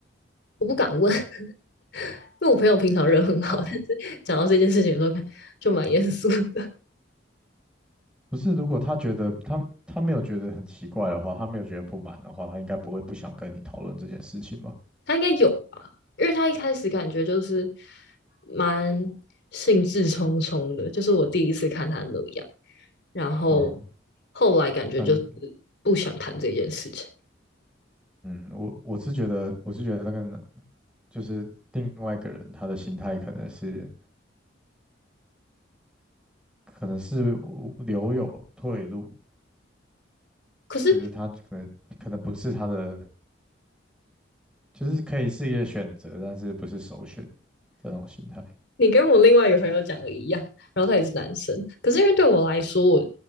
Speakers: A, on the left (about 65°); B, in the centre.
A: 我不敢问，因为我朋友平常人很好，
B: 啊，
A: <laughs> 但是讲到这件事情的时候，就蛮严肃的。
B: 不是，如果他觉得他他没有觉得很奇怪的话，他没有觉得不满的话，他应该不会不想跟你讨论这件事情吧？
A: 他应该有吧，因为他一开始感觉就是蛮兴致冲冲的，就是我第一次看他那样，然后
B: 啊，
A: 后来感觉就是
B: 但是
A: 不想谈这件事情。
B: 嗯，我我是觉得我是觉得那个男就是另外一个人他的心态可能是可能是留有退路，
A: 可是
B: 就是他可能可能不是他的，就是可以是一个选择，但是不是首选这种心态。
A: 你跟我另外一个朋友讲的一样，然后他也是男生，可是因为对我来说，我